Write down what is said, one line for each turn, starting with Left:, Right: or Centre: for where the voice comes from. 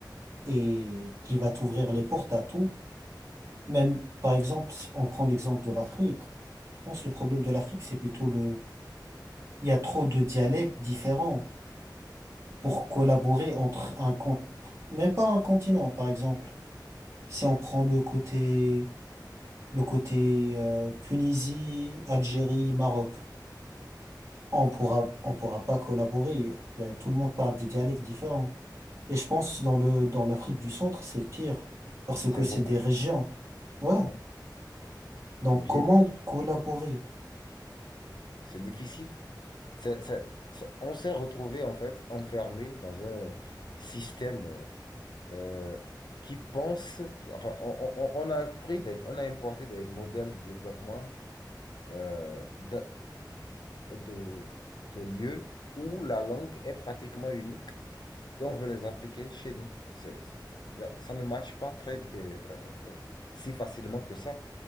Right: et qui va t'ouvrir les portes à tout, même, par exemple, si on prend l'exemple de l'Afrique. Je pense que le problème de l'Afrique, c'est plutôt le, il y a trop de dialectes différents. pour collaborer entre un con- même pas un continent, par exemple. Si on prend le côté, le côté euh, Tunisie, Algérie, Maroc, on pourra, on pourra pas collaborer. Ben, tout le monde parle des dialectes différents. Et je pense dans le, dans l'Afrique du Centre, c'est pire parce
Left: C'est
Right: que c'est
Left: beaucoup
Right: des régions.
Left: pire.
Right: Ouais.
Left: ouais.
Right: Donc
Left: C'est bien
Right: comment
Left: pire.
Right: collaborer?
Left: C'est difficile. C'est- c'est- c'est- on s'est retrouvé en fait enfermé dans un système euh, qui pense. Enfin, on, on- on a pris des- on a importé des modèles de développement euh, de, de, de lieux où la langue est pratiquement unique et on veut les appliquer chez nous. C'est, c'est- y a- ça ne matche pas très euh, euh, euh, si facilement que ça.